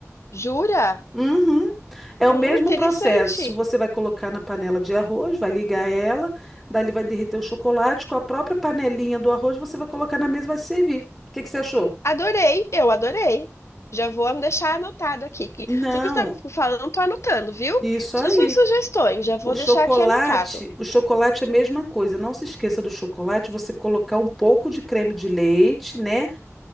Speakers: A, on the left (about 60°); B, in the centre.
A: Jura?
B: Uhum. É
A: Hum,
B: o mesmo
A: interessante.
B: processo. Você vai colocar na panela de arroz, vai ligar ela, dali vai derreter o chocolate. Com a própria panelinha do arroz, você vai colocar na mesa e vai servir. O que que você achou?
A: Adorei, eu adorei. Já vou deixar anotado aqui. Que
B: Não,
A: tudo que você está falando, tô anotando, viu?
B: isso
A: Todas
B: aí.
A: as suas sugestões, já vou
B: O chocolate,
A: deixar aqui anotado.
B: o chocolate é a mesma coisa. Não se esqueça do chocolate, você colocar um pouco de creme de leite, né,